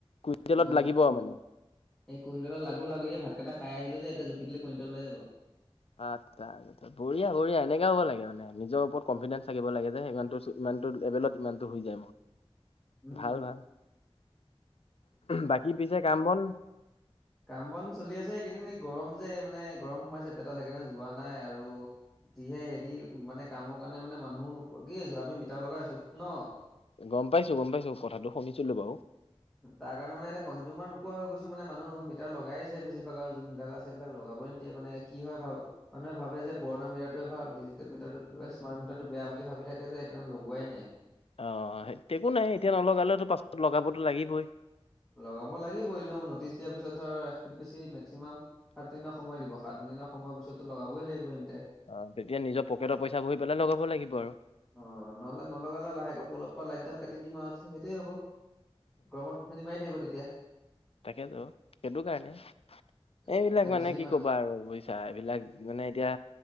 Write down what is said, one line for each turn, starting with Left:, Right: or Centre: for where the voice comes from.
Left: কুইণ্টেলত
Centre: অ
Left: লাগিব মানে।
Centre: এই কুইণ্টল লাগো লাগো এই ভাতকেইটা টা খাই আহিলো যেতিয়া জুখিলে কুইণ্টেল ওলাই যাব
Left: আচ্ছাা বঢ়িয়া বঢ়িয়া এনেকা হ'ব লাগে মানে নিজৰ ওপৰত কনফিডেন্স থাকিব লাগে যে ইমান ইমানতটো লেভেলত ইমান টো হৈ যায় মোৰ
Centre: উম
Left: ভাল ভাল বাকী পিছে কাম বন
Centre: কাম বন চলি আছে এইকেইদিন এই গৰম যে মানে গৰম সোমাইছে পেটত সেইকাৰণে যোৱা নাই আৰু যিহে হেৰি মানে কামৰ কাৰণে মানে মানুহো নোপোৱা কি আছো আমি মিতাৰ লগাই আছো ন
Left: গম পাইছো গম পাইছো কথাটো শুনিছিলো বাৰু
Centre: তাৰ কাৰণে মানে এতিয়া কনজিমাৰ নোপোৱা হৈ গৈছো মানে মানুহ এতিয়া লগাই দিছে বেছিভাগ আৰু যোনবিলাক আছে সেইিলাক লগাব নিদিয়ে মানে কি হয় ভাব মানুহে ভাবে যে পুৰণা মিটাৰোৱ ভাল ডিজিটেল মিটাৰটো স্মাৰ্ট মিটাৰটো বেয়া বুলি ভাবি থাকে সেইকাৰণে লগোৱাই নাই।
Left: অঁ, হে একো নাই এতিয়া নলগালেতো পাছত লগাবতো লাগিবই।
Centre: লগাব লাগিবই ন ' ন'টিচ দিয়াৰ পিছত ধৰ খুব বেছি মেক্সিমাম সাত দিনৰ সময় দিব। সাত দিনৰ সময়ৰ পিছতটো লগাবই লাগিব তেন্তে।
Left: অ, তেতিয়া নিজৰ পকেটৰ পইচা ভৰি পেলাই লগাব লাগিব আৰু।
Centre: অঁ, নহলে নলগালে লাহেকৈ পলপ পৰা লাইটডাল কাটি দিম আৰু সেইটোয়ে হ'ব। গৰমত বিচনী মাৰি থাকিব তেতিয়া।
Left: তাকেতো সেইটো কাৰণে। এইবিলাক
Centre: এতিয়া
Left: মানে
Centre: বিচনী
Left: কি
Centre: মা
Left: কবা আৰু বুজি ছা এইবিলাক মানে এতিয়া